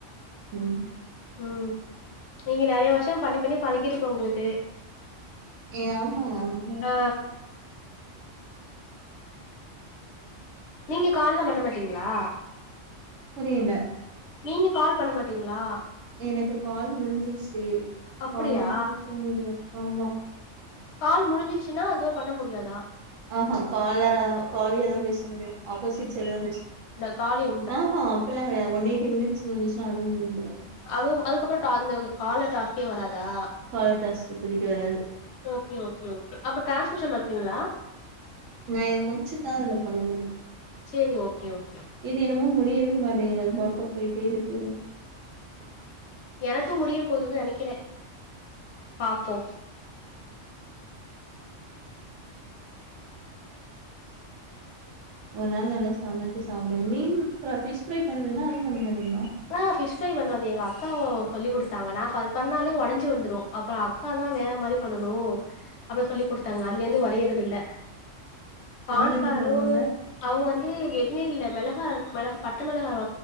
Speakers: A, on the right (about 80°); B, on the left (about 65°).
A: ம்
B: ம் நீங்க நெறைய வருஷோ பண்ணி பண்ணி பழகிருக்கோ உங்களுக்கு
A: ஏ ஆமா <unintelligible>
B: ஆ நீங்க கால்லா பண்ண மாட்டீங்களா
A: புரியில
B: நீங்க கால் பண்ண மாட்டீங்களா
A: எனக்கு கால் முடிஞ்சிருச்சு
B: அப்படியா
A: காலியாதா பேச முடியு ஆமா
B: கால் முடிஞ்சடுச்சுனா அதுகப் பண்ண முடியாதா
A: ஆஹா கால்லரா கால்லியா தா பேச முடியு ஆப்போசிட் சைடு தா பேச
B: காலியு
A: ஆஹா அப்பில்லா கெடையா ஒன் எயிட்டி மினிட்ஸ் முடிஞ்சுச்சுன்னா அதுவே முடிஞ்சுரு
B: அதுவு அதுக்கப்புறோண்டு அந்த காலர் டாஸ்க்கே வராதா
A: காலர் டாஸ்க் இப்போதைக்கு வராது
B: ஓகே ஓகே ஓகே அப்போ ட்ரான்ஸ்க்ரிப்ஷன் பண்றீங்களா
A: நா இது முடிச்சுதா அதுல பண்ண முடியு
B: சேரி ஓகே ஓகே
A: இது என்னமோ முடியவே மாட்டேங்கது அது பாட்டுக்கு போயிட்டே இருக்கு எனக்கு
B: எனக்கு முடிய போகுது நெனைக்கிறே பாப்போ
A: ஒரு நாள் நல்லா சமச்சு சாப்டுங்க மீன் ஃப்ரா பிஷ் ஃப்ரை பண்ணுவீங்களா அதுவு பண்ண மாட்டீங்களா
B: ஆ ஃபிஷ் ஃப்ரை பண்ணுவே அது எங்க அக்கா சொல்லி குடுத்தாங்க நா ஃபர் பண்ணாலே ஒடஞ்சு வந்துரு அப்புறோ அக்கா தா வேற மாரி பண்ணனு அப்பறோ சொல்லி குடுத்தாங்க அதுல இருந்து ஒடையறது இல்ல கான்ஃப்ளாரு
A: அவங்க எப்டி பண்ணுவாங்க
B: அவங்க வந்து எதுமே இல்ல மெளகா மெளகா பச்ச மெளகாவ